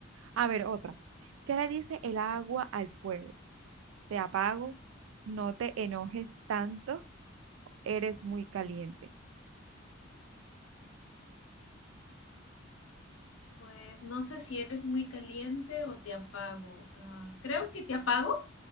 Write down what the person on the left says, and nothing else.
Pues no sé si eres muy caliente o te apago. Ah, creo que te apago.